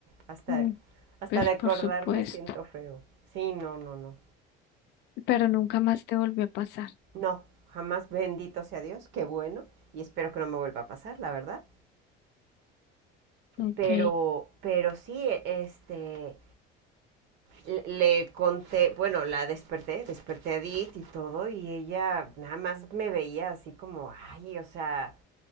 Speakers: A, on the right; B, on the left.
A: hasta,
B: mm,
A: hasta
B: pues
A: de acordarme
B: por supuesto.
A: siento feo. Sí, no, no, no.
B: Pero nunca más te volvió a pasar.
A: No, jamás, bendito sea Dios, qué bueno. Y espero que no me vuelva a pasar, la verdad.
B: Ok,
A: Pero, pero sí, este, le- le conté, bueno, la desperté, desperté a Edith y todo, y ella nada más me veía así como, ay, o sea,